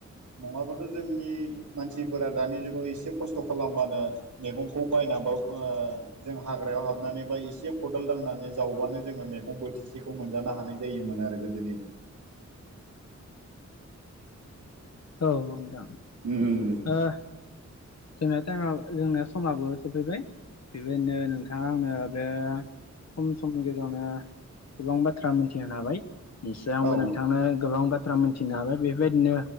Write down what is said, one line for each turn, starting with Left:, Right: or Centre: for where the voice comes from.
Right: नङाबाथ' जोंनि मानसिफोरा दानि जुगाव एसे खस्थ' खालामबानो मैगंखौ बायनाबा ओ जों हाग्रायाव हाबनानै बा एसे खदाल दांनानै जावबानो जोङो मैगं बोथिसेखौ मोनजानो हानाय जायोमोन आरो गोदोनि
Left: औ नोंथां।
Right: उम
Left: ओ जोंना टाइमा जोंनि समाबो सफैबाय बेबायदिनो नोंथां आंनो बे खम समनि गेजेरावनो गोबां बाथ्रा मिथिहोनो हाबाय निस्सय आंबो
Right: औ
Left: नोंथांनो गोबां बाथ्रा मोनथिनो हाबाय बेबायदिनो